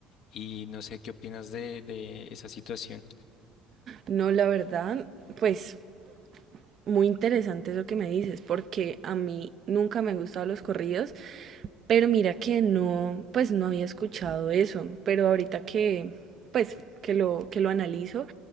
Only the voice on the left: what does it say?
Y no sé qué opinas de, de esa situación.